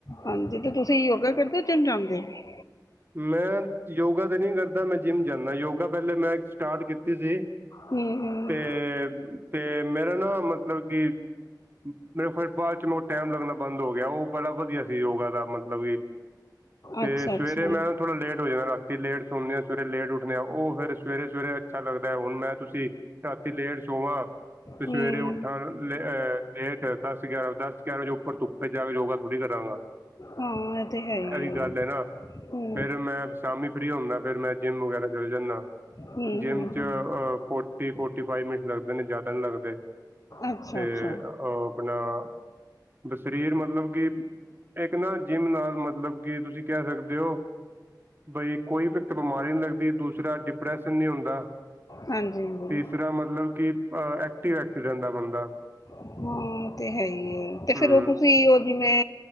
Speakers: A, on the left; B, on the right.
A: ਹਾਂਜੀ ਤੇ ਤੁਸੀਂ ਯੋਗਾ ਕਰਦੇ ਹੋ ਜਿੰਮ ਜਾਂਦੇ ਓ।
B: ਮੈਂ ਯੋਗਾ ਕਦੇ ਨਹੀਂ ਕਰਦਾ ਮੈਂ ਜਿੰਮ ਜਾਂਦਾ ਯੋਗਾ ਪਹਿਲੇ ਮੈਂ ਸਟਾਰਟ ਕੀਤੀ ਸੀ।
A: ਹੂੰ ਹੂੰ
B: ਤੇ, ਤੇ ਮੇਰਾ ਨਾ ਮਤਲਬ ਕੀ ਮੈਂ ਫਿਰ ਬਾਅਦ ਟੈਮ ਲੱਗਣਾ ਬੰਦ ਹੋ ਗਿਆ ਉਹ ਬੜਾ ਵਧੀਆ ਸੀ ਯੋਗਾ ਦਾ ਮਤਲਬ ਵੀ। ਤੇ
A: ਅੱਛਾ
B: ਸਵੇਰ।
A: ਅੱਛਾ
B: ਥੋੜਾ ਲੇਟ ਹੋ ਜਾਣਾ ਰਾਤੀ ਲੇਟ ਸੁਣਨ ਹਾਂ ਸਵੇਰੇ ਲੇਟ ਉੱਠਣੇ ਹਾਂ ਉਹ ਫਿਰ ਸਵੇਰੇ- ਸਵੇਰੇ ਅੱਛਾ ਲੱਗਦਾ ਹੁਣ ਮੈਂ ਤੁਸੀਂ। ਰਾਤੀ ਲੇਟ ਸੋਵਾ ਤੇ ਸਵੇਰੇ
A: ਹੂੰ
B: ਉੱਠਣ ਲਹ ਲੇਟ ਦਸ ਗਿਆਰਾਂ ਵਜੇ ਉੱਪਰ ਤੋਂ। ਜਾ ਕੇ ਯੋਗਾ ਥੋੜੀ ਕਰਾਂਗਾ
A: ਹਾਂ ਇਹ ਤੇ ਹੈ ਹੀ
B: ਇਹ ਵੀ ਗੱਲ ਹੈ ਨਾ।
A: ਹੂੰ,
B: ਫੇਰ ਮੈਂ ਸ਼ਾਮੀ ਫ੍ਰੀ ਹੁੰਦਾ ਫਿਰ ਮੈਂ ਜਿੰਮ ਵਗੈਰਾ ਚਲਾ ਜਾਂਨਾ।
A: ਹੂੰ,
B: ਜਿੰਮ
A: ਹੂੰ,
B: ਚ
A: ਹੂੰ।
B: ਫੋਟੀ, ਫੋਟੀ ਫਾਈਵ ਮਿੰਟ ਲੱਗਦੇ ਨੇ ਜ਼ਿਆਦਾ ਨਹੀਂ ਲੱਗਦੇ।
A: ਅੱਛਾ-ਅੱਛਾ,
B: ਤੇ ਉਹ ਆਪਣਾ ਬ ਸਰੀਰ ਮਤਲਬ ਕੀ ਇੱਕ ਨਾ ਜਿੰਮ ਨਾਲ ਮਤਲਬ ਕੀ ਤੁਸੀਂ ਕਹਿ ਸਕਦੇ ਦਿਓ ਬਈ ਕੋਈ ਵੀੱਤ ਬਿਮਾਰੀ ਨਹੀਂ ਲੱਗਦੀ ਦੂਸਰਾ ਡਿਪਰੈਸ਼ਨ ਨਹੀਂ ਹੁੰਦਾ।
A: ਹਾਂਜੀ, ਹਾਂਜੀ।
B: ਤੀਸਰਾ ਮਤਲਬ ਕਿ ਅਹ ਐਕਟਿਵ -ਐਕਟ ਰਹਿੰਦਾ ਬੰਦਾ।
A: ਹਾਂ, ਉਹ ਤਾਂ ਹੈ ਹੀ ਹੈ ਅਤੇ
B: ਹੂੰ
A: ਫਿਰ ਉਹ ਤੁਸੀਂ ਉਹ ਜਿਵੇਂ